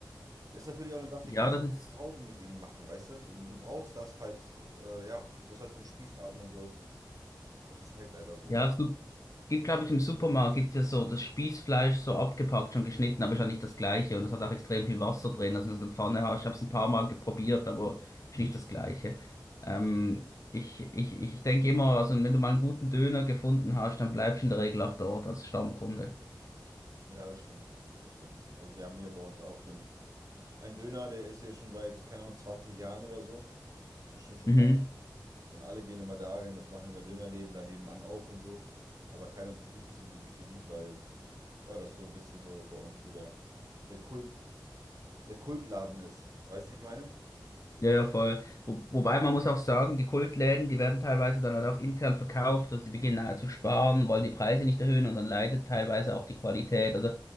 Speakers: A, on the right; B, on the left.
A: ist natürlich auch eine Sache,
B: Ja,
A: die kannst
B: das
A: du auch
B: ist,
A: zu Hause nicht eben machen, weißt du? Du du brauchst das halt, äh, ja, du musst halt so einen Spieß haben und so. Das ist halt leider so,
B: ja,
A: ne?
B: das Gibt, glaube ich, im Supermarkt gibt's ja so das Spießfleisch so abgepackt, schon geschnitten, aber ist ja nicht das gleiche. Und es hat auch extrem viel Wasser drin. Also wenn du eine Pfanne hast, ich habe es ein paar Mal geprobiert, aber ist nicht das gleiche. Ähm, ich, ich, ich denke immer, also wenn du mal einen guten Döner gefunden hast, dann bleibst du in der Regel auch dort als Stammkunde.
A: Ja, das stimmt. Das stimmt. Also wir haben hier bei uns auch so einen, einen Döner, der ist hier schon seit, keine Ahnung, 20 Jahren oder so. Bestimmt schon
B: Mhm.
A: länger. Und alle gehen immer dahin, das machen immer Dönerläden da nebenan auf und so. Aber keiner interessiert sich so wirklich für die, weil ja, das so ein bisschen so bei uns so der, der Kult, der Kultladen ist. Weißt du, ich meine?
B: Ja, ja, voll. Wo, wobei man muss auch sagen, die Kultläden, die werden teilweise dann halt auch intern verkauft, also sie beginnen äh, zu sparen, wollen die Preise nicht erhöhen und dann leidet teilweise auch die Qualität. Also